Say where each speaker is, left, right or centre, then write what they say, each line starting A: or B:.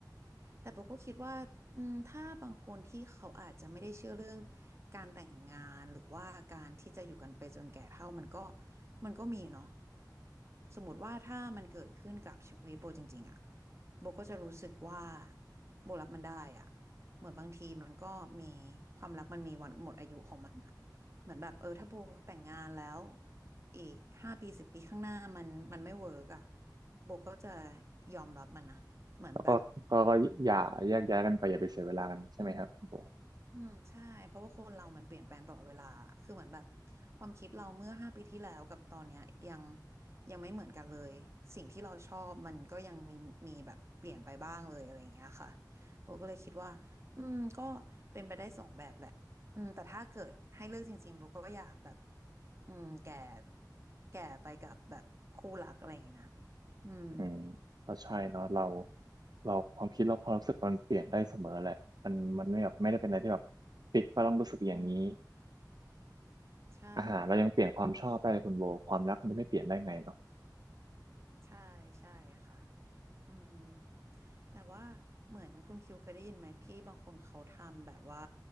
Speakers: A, on the right; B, on the right.
A: แต่โบก็คิดว่าอืมถ้าบางคนที่เขาอาจจะไม่ได้เชื่อเรื่องการแต่งงานหรือว่าการที่จะอยู่กันไปจนแก่เฒ่ามันก็มันก็มีเนาะสมมติว่าถ้ามันเกิดขึ้นกับชีวิตโบจริงๆอะ โบก็จะรู้สึกว่าโบรับมันได้อะเหมือนบางทีมันก็มีความรักมันมีวันหมดอายุของมันอะเหมือนแบบเออถ้าโบแต่งงานแล้วอีกห้าปีสิบปีข้างหน้ามันมันไม่เวิร์กอ่ะโบก็จะยอมรับมันนะเหมือนแบบ
B: แล้วก็ก็ก็อย่าแยกย้ายกันไปอย่าไปเสียเวลากันใช่ไหมครับคุณโบ
A: อืมใช่เพราะว่าคนเรามันเปลี่ยนแปลงตลอดเวลาคือเหมือนแบบความคิดเราเมื่อห้าปีที่แล้วกับตอนเนี้ยยังยังไม่เหมือนกันเลยสิ่งที่เราชอบมันก็ยังมีมีแบบเปลี่ยนไปบ้างเลยอะไรอย่างเงี้ยค่ะโบก็เลยคิดว่าอืมก็เป็นไปได้สองแบบแหละอืมแต่ถ้าเกิดให้เลือกจริงๆโบก็อยากแบบอืมแก่แก่ไปกับแบบคู่รักอะไรอย่างเงี้ยนะอืม
B: อืมก็ใช่เนาะเราเราความคิดเราความรู้สึกมันเปลี่ยนได้เสมอแหละมันมันไม่แบบไม่ได้เป็นอะไรที่แบบปิดว่าต้องรู้สึกอย่างนี้
A: อืมใช่
B: อาหารเรายังเปลี่ยนความชอบได้เลยคุณโบความรักมันจะไม่เปลี่ยนได้ไงเนาะ
A: ใช่ใช่ค่ะอืมแต่ว่าเหมือนคุณคิวเคยได้ยินไหมที่บางคนเขาทำแบบว่า